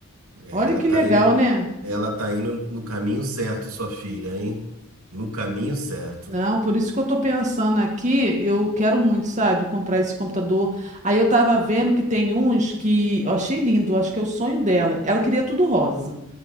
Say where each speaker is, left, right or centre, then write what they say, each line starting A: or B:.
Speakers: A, on the right; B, on the right.
A: ela
B: Olha que
A: tá
B: legal,
A: indo,
B: né?
A: ela tá indo no caminho certo, sua filha, hein? No caminho certo.
B: Não, por isso que eu tô pensando aqui, eu quero muito, sabe, comprar esse computador. Aí eu tava vendo que tem uns que eu achei lindo, acho que é o sonho dela. Ela queria tudo rosa.